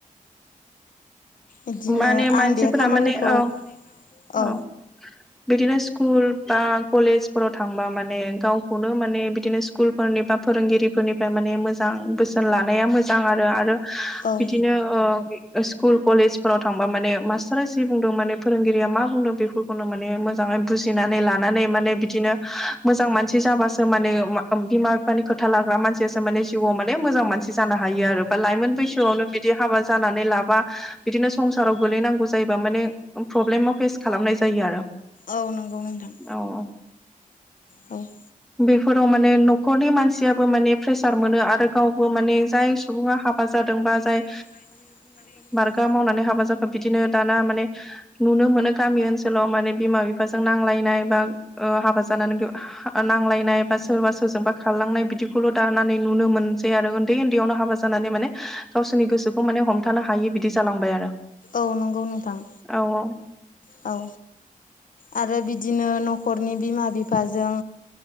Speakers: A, on the left; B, in the centre.
A: <unintelligible> <inaudible>
B: माने मानसिफोरा
A: आं बे खामानिखौ
B: माने औ-औ
A: औ
B: बिदिनो स्कुल बा कलेजफोराव थांबा माने गावखौनो माने बिदिनो स्कुलफोरनि बा फोरोंगिरिफोरनिफ्राय माने मोजां बोसोन लानाया मोजां आरो आरो
A: आरो
B: बिदिनो ओ स्कुल कलेज फोराव थांबा माने मास्टारा जि बुंदों माने फोरोंगिरिया मा बुंदों बेफोरखौनो माने मोजाङै बुजिनानै लानानै माने बिदिनो मोजां मानसि जाबासो माने बिमा बिफा खोथा लाग्रा मानसियासो माने जिउआव मान मोजां मानसि ज हायो। बा लाइमोन बैसोआवनो बिदि हाबा जानानै लाबा बिदिनो संसाराव गोलैनांगौ जायोबा माने प्रब्लेमाव फेस खालामनाय जायो आरो
A: औ नंगौ नोंथां।
B: औ-औ
A: औ-
B: बेफोराव माने न'खरनि मानसियाबो माने प्रेसार मोनो आरो गावबो माने जाय सुबुङा हा बा जादोंबा जाय
A: बा जाय माने बिमा बि
B: मावनानै हाबा जाखो बिदिनो दाना माने नुनो मोनो गामि ओनसोलाव माने बिमा बिफा बिफाजों नांलायनाय बा हाबा जानानै नांलायनाय बा सोरबा सोरजोंबा खारलांनाय बिदिखौल' दानानै नुनो मोनसै आरो उन्दै उन्दैयावनो हाबा जानानै माने गावसोरनि गोसोखौ माने हमथानो हायि बिदि जालांबाय आरो
A: औ नंगौ नोंथां।
B: औ-औ
A: औ आरो बिदिनो न'खरनि बिमा बिफाजों